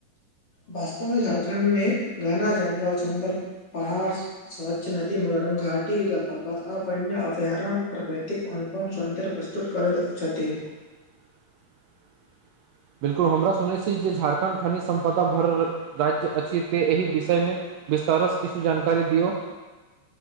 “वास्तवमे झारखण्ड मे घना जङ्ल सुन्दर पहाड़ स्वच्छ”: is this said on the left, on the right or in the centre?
Left